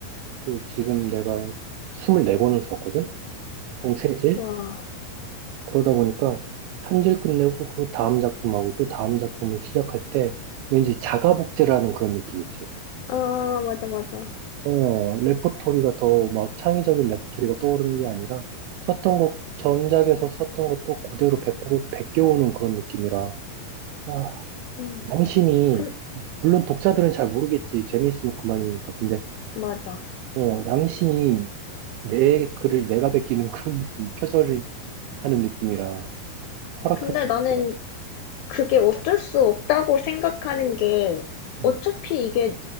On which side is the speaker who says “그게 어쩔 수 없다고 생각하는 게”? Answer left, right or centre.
Left